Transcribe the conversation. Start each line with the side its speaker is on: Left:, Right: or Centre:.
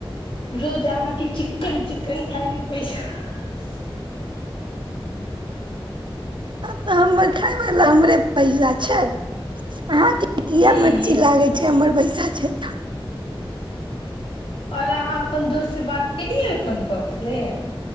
Left: रोज अहाँके चिकन चिकन खाायल पैसा
Right: तऽ हमर खाब ल हमरे पैसा छै आहां के किया
Left: हूं
Right: मिर्ची
Left: हूं
Right: लागै छै हमर पैसा। छै।
Left: आओर अहाँ अपन दोस से बात केलियै अपन शौक ले।